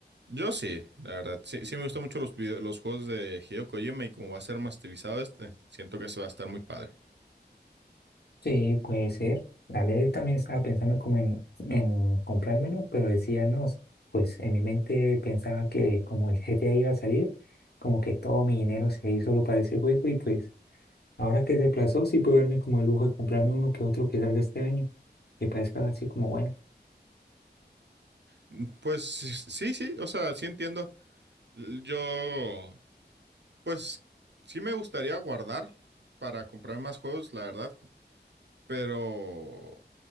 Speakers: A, on the right; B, on the left.
A: Yo sí, la verdad, sí, sí me gustan mucho los video- los juegos de Hideo Kojima y como va a ser remasterizado este, siento que se va a estar muy padre.
B: Sí, puede ser. La verdad, yo también estaba pensando como en, en comprármelo, pero decía, no, pues en mi mente pensaba que como el GTA iba a salir, como que todo mi dinero se iba a ir solo para ese juego y pues Ahora que se aplazó, sí puedo darme como el lujo de comprarme uno que otro que salga este año, que parezca así como bueno.
A: Mm, Pues sí, sí, o sea, sí entiendo. Yo, pues sí me gustaría guardar para comprar más juegos, la verdad, pero